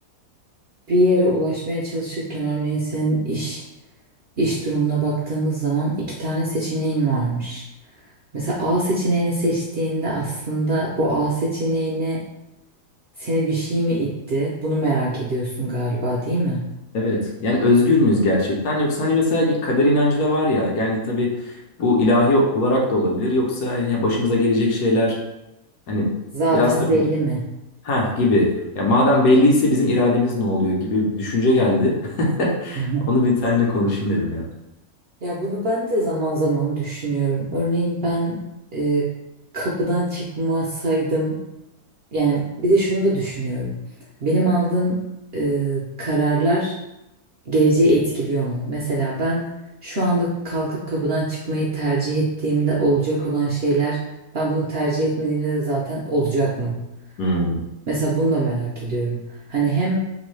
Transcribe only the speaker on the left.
Evet. Yani özgür müyüz gerçekten? Yoksa hani mesela bir kader inancı da var ya. Yani tabii bu ilahi olarak da olabilir. Yoksa hani ya başımıza gelecek şeyler hani
biraz da
ha gibi. Ya madem belliyse bizim irademiz ne oluyor gibi bir düşünce geldi. <laughs>
Onu bir seninle konuşayım dedim ya.
Hmm,